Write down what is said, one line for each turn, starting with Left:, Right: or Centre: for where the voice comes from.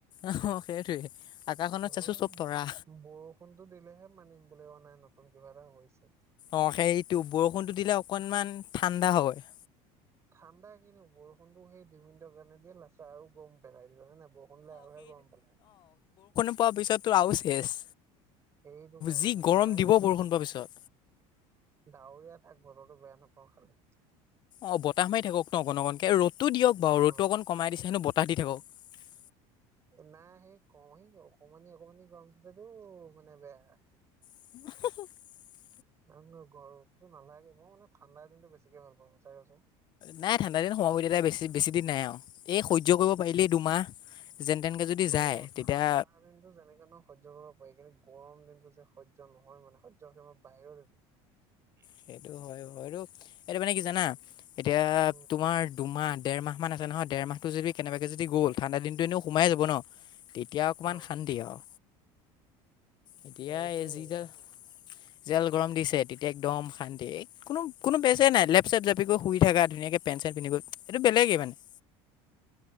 Left: অ' সেইটোৱে। আকাশখনত
Right: অ'
Left: চাইছোঁ চব তৰা
Right: বৰষুণটো দিলেহে মানিম, বোলে অ' নাই নতুন কিবা এটা হৈছে।
Left: অ' সেইটো, বৰষুণটো দিলে অকনমান ঠাণ্ডা হয়।
Right: ঠাণ্ডা কিনো! বৰষুণটো সেই দুই মিনিটৰ কাৰণে দিয়ে। লাষ্টত আৰু গৰম পেলাই দিয়ে। হয় নাই? বৰষুণ দিলে আৰুহে গৰম পেলায়।
Left: পোৱা পিছতো আৰু শেষ।
Right: সেইটো কাৰণে
Left: যি গৰম
Right: নালাগে
Left: দিব
Right: ভাই
Left: বৰষুণ পোৱা পিছত।
Right: ডাৱৰীয়া থাক বতৰটো, বেয়া নাপাওঁ খালি।
Left: অ' বতাহ মাৰি থাকক ন? অকন-অকনকে। ৰ'দটো দিয়ক বাৰু।
Right: অ
Left: ৰ'দটো অকণ কমাই দিছে নো <unintelligible> থাকক।
Right: নাই সেই কওঁ, সি অকমানি-অকমানি গৰমটোতেটো মানে বেয়া
Left: <unintelligible>
Right: নাই নহয়, গৰম, ৰ'দটো নালাগে। মই মানে ঠাণ্ডাৰ দিনতটো বেছিকে ভাল পাওঁ সঁচাকে ক'চোন।
Left: নাই ঠাণ্ডা দিন সোমাব বুলি এতিয়া বেছি বেছি দিন নাই আৰু। এই সহ্য কৰিব পাৰিলেই দুমাহ। যেন তেনকৈ যদি
Right: নহয়।
Left: যায় তেতিয়া
Right: ঠাণ্ডা দিনটো যেনেকে নহয় সহ্য কৰিব পাৰি। কিন্তু গৰম টো যে সহ্য নহয় মানে! সহ্য সীমাৰ বাহিৰত সেইটো।
Left: সেইটো হয়। হয়টো এইটো মানে কি জানা? এতিয়া
Right: উম
Left: তোমাৰ দুমাহ ডেৰ মাহমান আছে নহয়! ডেৰ মাহটো যদি কেনেবাকে যদি গ'ল। ঠাণ্ডা দিনটো এনেও সোমাই যাব ন? তেতিয়া অকমান
Right: অ
Left: শান্তি আৰু। এতিয়া
Right: সেইটোয়েই।
Left: এই যিডাল জেল গৰম দিছে, তেতিয়া একদম শান্তি। কোনো-কোনো কেচে নাই লেফ-চেপ জাপি কৰি শুই থাকা। ধুনীয়াকে পেন-চেন পিন্ধি কৰি টো বেলেগে মানে!